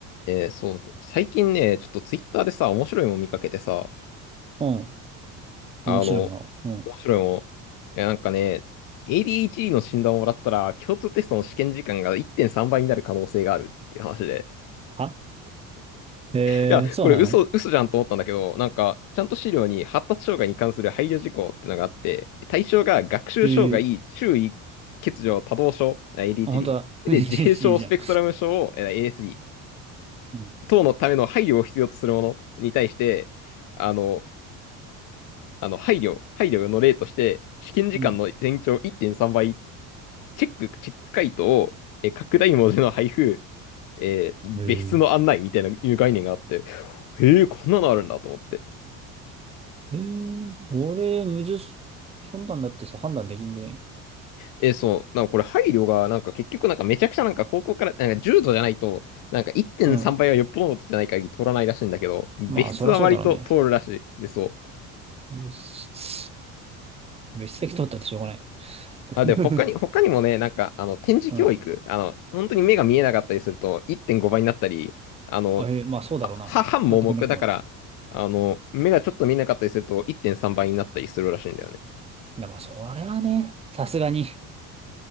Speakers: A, on the left (about 60°); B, on the right (about 15°).
A: えーそう、最近ね、ちょっとツイッターでさ、面白いもん見かけてさ、
B: うん。
A: あの、
B: 面白いもの。うん。
A: 面白いもん、えなんかね、ADHD の診断をもらったら、共通テストの試験時間が1.3倍になる可能性があるっていう話で、
B: はえー、
A: いや、
B: そうなの
A: これ嘘、嘘じゃんと思ったんだけど、なんか、ちゃんと資料に発達障害に関する配慮事項ってのがあって、対象が学習障害、
B: えー、
A: 注意、欠如、多動症、ADHD、
B: あ、本当だ。
A: で、
B: <laughs> い
A: 自閉症スペクトラム症を、
B: h じゃん。
A: え ASD。
B: うん。
A: 等のための配慮を必要とするものに対して、あの、あの配慮、配慮の例として、試験時間の延長1.3倍、
B: うん
A: チェック、チェック回答を、え拡大文字の配布、えー別室の案内みたいないう概念があって、
B: えー、
A: へえ、こんなのあるんだと思って。
B: えー、俺、むず、そんなんだってさ、判断できんぐらい
A: えーそう、なんかこれ配慮が、なんか結局なんかめちゃくちゃなんか高校から、なんか重度じゃないと、なんか1.3倍はよっぽどのことじゃない限り通らないらしいんだけど、
B: うん。
A: 別室は割と通るらしい。
B: まあ、そりゃそうだろうね。
A: で、そう。
B: 別室、別席取ったってしょうがない。
A: あ、
B: <laughs>
A: で、他に、他にもね、なんか、あの、展示教育、
B: うん。
A: あの、本当に目が見えなかったりすると、1.5倍になったり、あの、
B: あ、えー、まあ、そうだろうな。
A: あは、半盲目だから、
B: なってくんねっこも。
A: あの、目がちょっと見えなかったりすると、1.3倍になったりするらしいんだよね。
B: でも、それはね、さすがに